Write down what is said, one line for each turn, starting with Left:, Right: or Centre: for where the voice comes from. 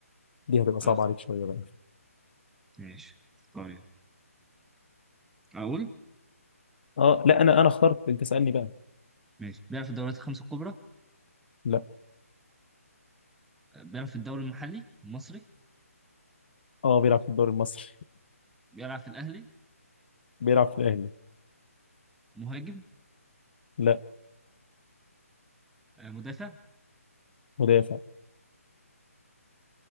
Left: دي هتبقى صعبة
Centre: اخ
Left: عليك شوية بقى
Centre: ماشي اختار يلا. اقول
Left: اه لا انا انا اخترت انت اسألني بقى
Centre: ماشي بيلعب في الدوريات الخمسة الكبرى
Left: لا
Centre: آه، بيلعب في الدوري المحلي المصري
Left: اه بيلعب في الدوري المصري
Centre: بيلعب في الأهلي
Left: <laughs> بيلعب في الاهلي
Centre: مهاجم
Left: لا
Centre: آه، مدافع
Left: مدافع